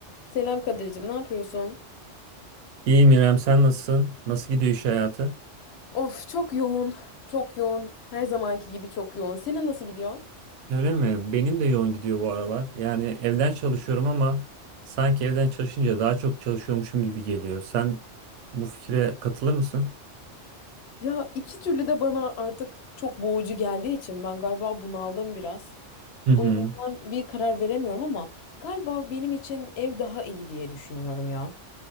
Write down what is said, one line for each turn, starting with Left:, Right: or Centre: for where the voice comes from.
Left: Selam Kadir'cim, ne yapıyorsun?
Right: İyiyim İrem, sen nasılsın? Nasıl gidiyor iş hayatı?
Left: Of çok yoğun, çok yoğun. Her zamanki gibi çok yoğun. Senin nasıl gidiyor?
Right: Öyle mi? Benim de yoğun gidiyor bu aralar. Yani evden çalışıyorum ama sanki evden çalışınca daha çok çalışıyormuşum gibi geliyor. Sen bu fikre katılır mısın?
Left: Ya iki türlü de bana artık çok boğucu geldiği için ben galiba bunaldım biraz.
Right: Hı hı.
Left: O yüzden bir karar veremiyorum ama galiba benim için ev daha iyi diye düşünüyorum ya.